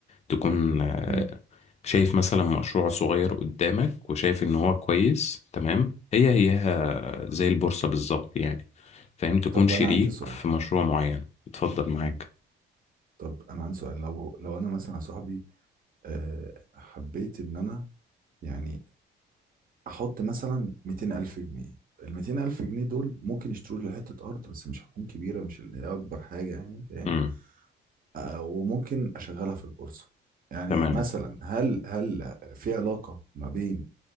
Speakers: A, on the left; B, on the right.
A: تكون آه،
B: مم.
A: شايف مثلا مشروع صغير قدامك وشايف ان هو كويس تمام هي هيها زي البورصة بالظبط يعني فاهم تكون
B: طب
A: شريك
B: انا عندي سؤال
A: في مشروع معين اتفضل معاك
B: مم. طب انا عندي سؤال لو لو انا مثلا يا صاحبي آه، حبيت ان انا يعني احط مثلا 200 الف جنيه ال 200 الف جنيه دول ممكن يشتروا لي حته ارض بس مش هتكون كبيره مش اللي هي اكبر حاجه يعني فاهم
A: امم
B: آه، وممكن اشغلها في البورصه يعني
A: تمام
B: مثلا هل هل في علاقه ما بين